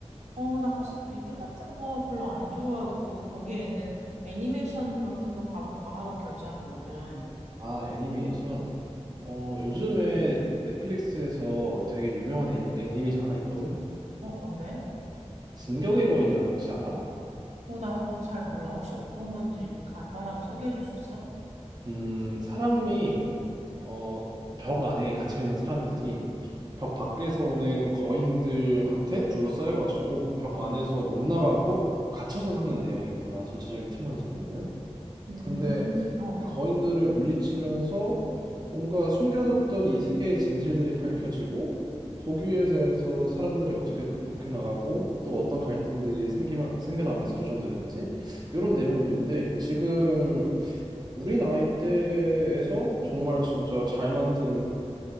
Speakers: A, on the right; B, on the right.
A: 어, 나 사실 미드 같은 거 별로 안 좋아하고 거기에 있는 애니메이션 같은 거 봐볼까 하고 결제한 거거든.
B: 아, 애니메이션. 어, 요즘에 넷플릭스에서 되게 유명한 애니, 애니메이션 하나 있거든.
A: 어, 뭔데?
B: 진격의 거인이라고 혹시 알아?
A: 어, 나 그거 잘 몰라. 혹시 어떤 건지 간단하게 소개해 줄 수 있어?
B: 음, 사람이 어, 벽 안에 갇혀 있는 사람들이 벽 밖에서 오는 거인들한테 둘러싸여 가지고 벽 안에서 못 나가고 갇혀서 사는 내용인 거야. 전체적인 틀만 잡으면은.
A: 음,
B: 근데
A: 어.
B: 그 거인들을 물리치면서 뭔가 숨겨졌던 이 세계의 진실들이 밝혀지고 거기에 대해서 사람들이 어떻게 극복해 나가고 또 어떤 갈등들이 생기면 생겨나면서 조정되는지 이런 내용들인데 지금 우리 나이대에서 정말 진짜 잘 만든